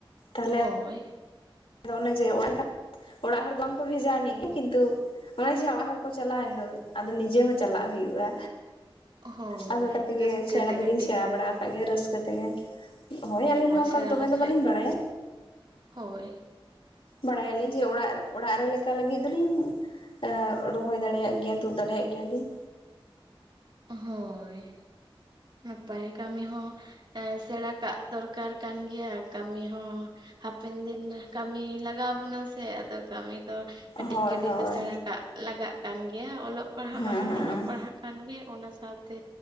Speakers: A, on the left (about 75°); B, on the right (about 55°).
A: ᱛᱟᱦᱚᱞᱮ
B: ᱦᱳᱭ᱾
A: ᱟᱫᱚ ᱚᱱᱮ ᱡᱮ <unintelligible> ᱚᱲᱟᱜ ᱦᱚᱲ ᱫᱚ ᱵᱟᱝ ᱠᱚ ᱵᱷᱮᱡᱟ ᱟᱹᱱᱤᱡ ᱜᱮ ᱠᱤᱱᱛᱩ ᱚᱱᱮ ᱡᱮ ᱦᱟᱸᱜ ᱚᱲᱟᱜ ᱦᱚᱲ ᱠᱚ ᱪᱟᱞᱟᱣᱮᱱ ᱫᱚ, ᱟᱫᱚ ᱱᱤᱡᱮ ᱦᱚᱸ ᱪᱟᱞᱟᱜ ᱦᱩᱭᱩᱜᱼᱟ᱾
B: ᱦᱳᱭ
A: ᱟᱫᱚ ᱚᱱᱠᱟ ᱛᱮᱜᱮ
B: ᱨᱟᱹᱥᱠᱟᱹ
A: ᱥᱮᱬᱟ
B: ᱛᱮ
A: ᱫᱚᱞᱤᱧ
B: ᱠᱟᱹᱴᱤᱡ
A: ᱥᱮᱬᱟ ᱵᱟᱲᱟ ᱟᱠᱟᱜ ᱜᱮᱭᱟ ᱨᱟᱹᱥᱠᱟᱹ ᱛᱮᱜᱮ᱾ ᱦᱳᱭ ᱟᱹᱞᱤᱧ ᱦᱚᱸ ᱚᱱᱠᱟ
B: ᱥᱮᱬᱟ
A: ᱫᱚᱢᱮ
B: ᱞᱮᱠᱷᱟᱡ
A: ᱫᱚ ᱵᱟᱟᱹᱞᱤᱧ ᱵᱟᱲᱟᱭᱟ᱾
B: ᱦᱳᱭ᱾
A: ᱵᱟᱲᱟᱭᱟᱞᱤᱧ ᱡᱮ ᱚᱲᱟᱜ ᱚᱲᱟᱜ ᱨᱮ ᱞᱮᱠᱟ ᱞᱟᱹᱜᱤᱫ ᱫᱚᱞᱤᱧ ᱮ ᱨᱚᱦᱚᱭ ᱫᱟᱲᱮᱭᱟᱜ ᱜᱮᱭᱟ, ᱛᱩᱫ ᱫᱟᱲᱮᱭᱟᱜ ᱜᱮᱭᱟᱞᱤᱧ᱾
B: ᱦᱳᱭ ᱱᱟᱯᱟᱭ ᱠᱟᱢᱤ ᱦᱚᱸ ᱮᱸ ᱥᱮᱬᱟ ᱠᱟᱜ ᱫᱚᱨᱠᱟᱨ ᱠᱟᱱ ᱜᱮᱭᱟ᱾ ᱠᱟᱹᱢᱤ ᱦᱚᱸ ᱦᱟᱯᱮᱱ ᱫᱤᱱ ᱨᱮ ᱠᱟᱹᱢᱤ ᱞᱟᱜᱟᱣᱟᱵᱚᱱᱟ ᱥᱮ ᱟᱫᱚ ᱠᱟᱹᱢᱤ ᱛᱚ ᱠᱟᱹᱴᱤᱡ
A: ᱦᱳᱭ
B: ᱠᱟᱹᱴᱤᱡ
A: ᱦᱳᱭ
B: ᱫᱚ ᱥᱮᱬᱟ ᱠᱟᱜ ᱞᱟᱜᱟᱜ ᱠᱟᱱ ᱜᱮᱭᱟ, ᱚᱞᱚᱜ ᱯᱟᱲᱦᱟᱜ
A: ᱦᱮᱸ
B: ᱢᱟᱵᱚᱱ
A: ᱦᱮᱸ
B: ᱚᱞᱚᱜ ᱯᱟᱲᱦᱟᱜ ᱠᱟᱱ ᱜᱮ, ᱚᱱᱟ ᱥᱟᱶᱛᱮ